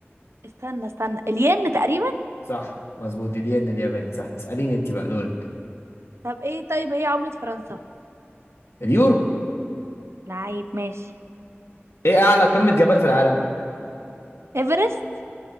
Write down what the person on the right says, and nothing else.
استنى استنى الين تقريبا
طب ايه طيب هي عملة فرنسا
لعيب ماشي
ايفرست